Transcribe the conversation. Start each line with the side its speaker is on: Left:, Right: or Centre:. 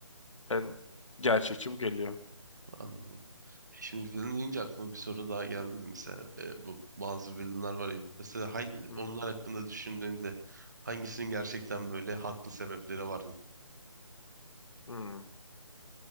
Left: En gerçekçi bu geliyor.
Right: Anlamadım. Şimdi villain deyince aklıma bir soru daha geldi de mesela e, bu bazı villainlar var ya mesela hangi
Left: Hı.
Right: onlar hakkında düşündüğünde hangisinin gerçekten böyle haklı sebepleri var?
Left: Hı.